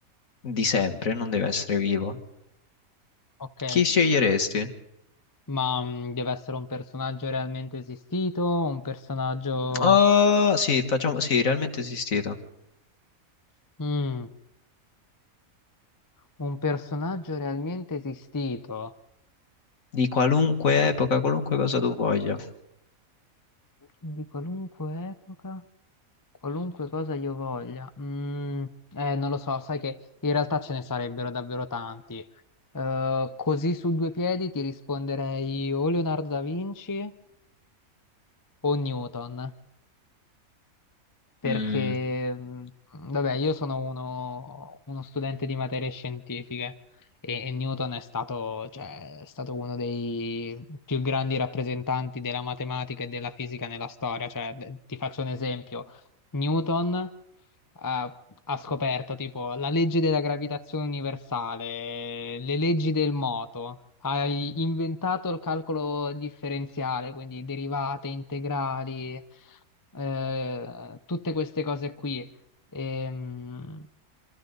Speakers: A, on the left; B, on the left.
A: di sempre, non deve essere vivo.
B: Ok,
A: Chi sceglieresti?
B: ma mm, deve essere un personaggio realmente esistito, un personaggio...
A: Ah, sì, facciamo, sì, realmente esistito.
B: Mm, un personaggio realmente esistito
A: Di qualunque epoca, qualunque cosa tu voglia.
B: di qualunque epoca, qualunque cosa io voglia. Mm, eh, non lo so, sai che in realtà ce ne sarebbero davvero tanti. Eh, così su due piedi ti risponderei o Leonardo da Vinci o Newton. perché,
A: Mm,
B: mh, vabbè, io sono uno, uno studente di materie scientifiche e, e Newton è stato, cioè, è stato uno dei più grandi rappresentanti della matematica e della fisica nella storia. Cioè, d- ti faccio un esempio. Newton ha, ha scoperto tipo la legge della gravitazione universale, le leggi del moto, hai inventato il calcolo differenziale, quindi derivate, integrali, eh, tutte queste cose qui. Ehm,